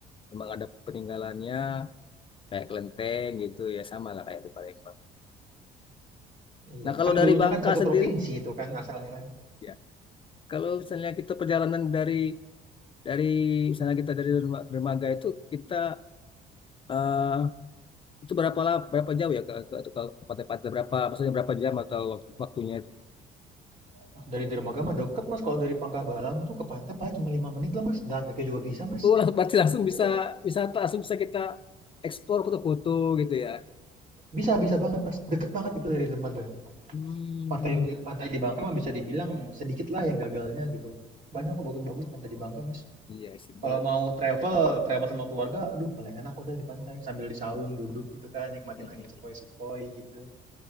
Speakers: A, on the left; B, on the right.
A: Memang ada peninggalannya kayak kelenteng gitu ya sama lah kayak di Palembang.
B: iya
A: Nah, kalau
B: kan
A: dari
B: dulunya
A: Bangka
B: kan satu
A: sendiri
B: provinsi itu kan asalnya kan
A: ya. Kalau misalnya kita perjalanan dari dari misalnya kita dari Derma- dermaga itu kita eh, Itu berapa lah berapa jauh ya ke ke, ke, ke Pantai Pantai berapa maksudnya berapa jam atau waktu- waktunya itu?
B: Wah, dari Dermaga mah deket mas kalau dari Pangkabalam tuh ke pantai paling cuma lima menit lah mas jalan kaki juga bisa mas
A: Oh, langsung berarti langsung bisa
B: deket
A: wisata, langsung bisa kita eksplor foto-foto gitu ya.
B: bisa bisa banget mas deket banget itu dari Dermaga
A: Hmm,
B: pantai pantai di Bangka mah bisa dibilang sedikit lah yang gagalnya gitu banyak kok bagus-bagus pantai di Bangka mas
A: iya sih.
B: Kalau
A: Bar-
B: mau travel, travel sama keluarga, aduh paling enak udah di pantai sambil di saung duduk gitu kan, nikmatin
A: Mm-mm.
B: angin sepoi-sepoi gitu.